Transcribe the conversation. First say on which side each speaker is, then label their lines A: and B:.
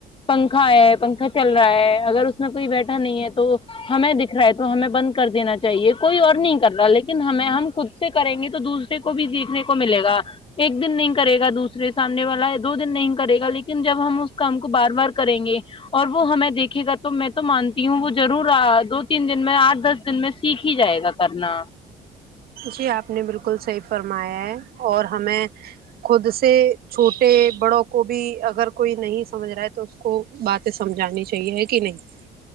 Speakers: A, on the left (about 30°); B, on the right (about 65°).
A: پنکھا ہے پنکھا چل رہا رہا ہے اگر اس میں کوئی بیٹھا نہیں ہے تو ہمیں دکھ رہا ہے تو ہمیں بند کر دینا چاہیے کوئی اور نہیں کر رہا لیکن ہمیں ہم خود سے کریں گے تو دوسرے کو بھی سیکھنے کو ملے گا ایک دن نہیں کرے گا دوسرے سامنے والا دو دن نہیں کرے گا لیکن جب ہم اس کام کو بار بار کریں گے اور وہ ہمیں دیکھے گا تو میں تو مانتی ہوں وہ ضرور ا دو تین دن میں آٹھ دس دن میں سیکھ ہی جائے گا کرنا
B: جی آپ نے بالکل صحیح فرمایا ہے اور ہمیں خود سے چھوٹ ٹے بڑوں کو بھی اگر کوئی نہیں سمجھ رہا ہے تو اس کو باتیں سمجھانی چاہیے ہے کی نہیں <inaudible>